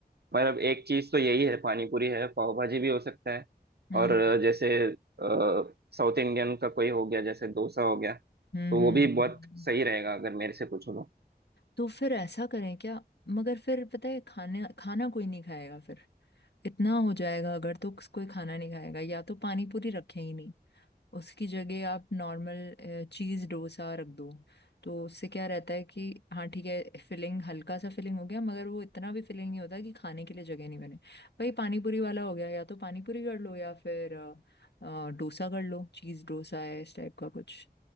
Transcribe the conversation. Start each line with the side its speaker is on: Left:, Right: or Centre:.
Right: मतलब एक चीज तो यही है पानी पूरी है पाव भाजी भी हो सकता है
Left: हम्म
Right: और अ, जैसे अ, साउथ इंडियन का कोई हो गया जैसे डोसा हो गया
Left: हम्म
Right: तो
Left: हम्म,
Right: वो भी
Left: हम्म,
Right: बहुत
Left: हम्म।
Right: सही रहेगा अगर मेरे से पूछो तो।
Left: तो फिर ऐसा करें क्या मगर फिर पता है खाना खाना कोई नहीं खाएगा फिर इतना हो जाएगा अगर तो कोई खाना नहीं खाएगा या तो पानी पूरी रखें ही नहीं उसकी जगह आप नॉर्मल चीज़ डोसा रख दो तो उससे क्या रहता है कि हाँ ठीक है फिलिंग हल्का सा फिलिंग हो गया मगर वो इतना भी फिलिंग नहीं होता कि खाने के लिए जगह नहीं बने भाई पानी पूरी वाला हो गया या तो पानी पूरी कर लो या फिर अ, अ, डोसा कर लो चीज़ डोसा है इस टाइप का कुछ